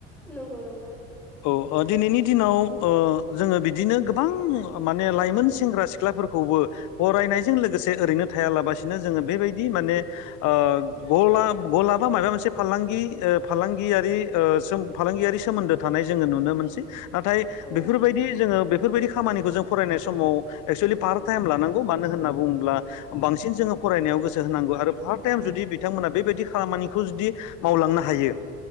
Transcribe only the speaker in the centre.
नंगौ नंगौ
औ